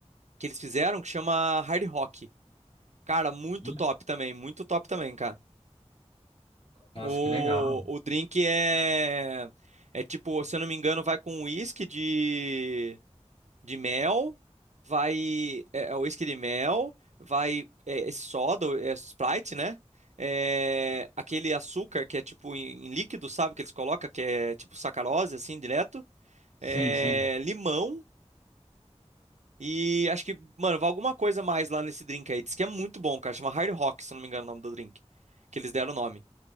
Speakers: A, on the right; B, on the left.
A: que eles fizeram que chama Hard Rock. Cara, muito
B: Ih,
A: top também. Muito top também, cara.
B: Nossa,
A: O,
B: que legal.
A: o drink é. É tipo, se eu não me engano, vai com uísque de. de mel, vai é, é whisky de mel, vai é, é soda, é Sprite, né? É, aquele açúcar que é tipo em, em líquido, sabe? Que eles colocam, que é tipo sacarose, assim, direto.
B: Sim,
A: É,
B: sim.
A: limão e acho que, mano, vai alguma coisa mais lá nesse drink aí. Diz que é muito bom, cara. Chama Hard Rock, se eu não me engano, o nome do drink. Que eles deram o nome.